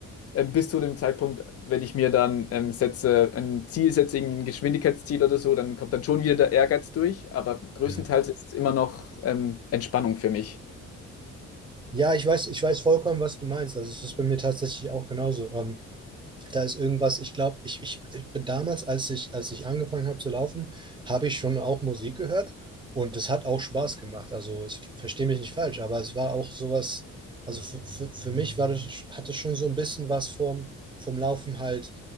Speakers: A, on the left (about 50°); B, on the right (about 15°).
A: ähm, bis zu dem Zeitpunkt, wenn ich mir dann ähm, setze, ein Ziel setze, irgendwie ein Geschwindigkeitsziel oder so, dann kommt dann schon wieder der Ehrgeiz durch, aber größtenteils
B: mhm.
A: ist es immer noch ähm, Entspannung für mich.
B: Ja, ich weiß, ich weiß vollkommen, was du meinst. Also es ist bei mir tatsächlich auch genauso. Ähm, Da ist irgendwas, ich glaube, ich, ich, ich bin damals, als ich, als ich angefangen habe zu laufen, habe ich schon auch Musik gehört und das hat auch Spaß gemacht. Also es- verstehe mich nicht falsch, aber es war auch sowas, also für, für, für mich war das, hat es schon so ein bisschen was vom, vom Laufen halt,